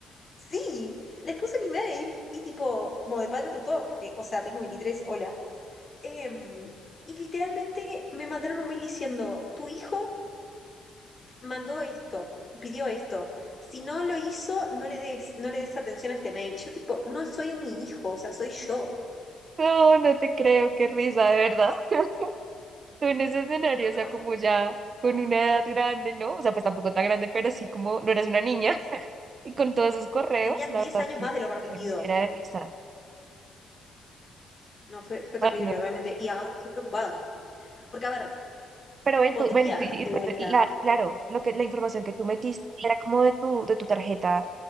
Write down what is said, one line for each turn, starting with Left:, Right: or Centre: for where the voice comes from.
Left: Sí, les puse mi mail y tipo, como de padre tutor, porque, o sea, tengo 23. hola. Em, y literalmente me mandaron un mail diciendo, tu hijo mandó esto, pidió esto. Si no lo hizo, no le des, no le des atención a este mail. Y yo tipo, no soy mi hijo, o sea, soy yo.
Right: No, no te creo, qué risa, de verdad. <laughs> Tú en ese escenario,
Left: No, no,
Right: o sea, como ya con una edad grande, ¿no? O sea, pues tampoco tan grande, pero sí como no eres una niña <laughs> y con todos esos correos,
Left: tenía diez
Right: la verdad
Left: años
Right: que
Left: más de lo permitido.
Right: que era de risa.
Left: No, fue, fue terrible,
Right: Ay, no.
Left: realmente. Y ahora estoy preocupada. Porque, a ver,
Right: Pero ven,
Left: podría
Right: tú, ven, y-
Left: de
Right: y-
Left: vuelta,
Right: bueno, la- claro, lo que la información que tú metiste era como de tu de tu tarjeta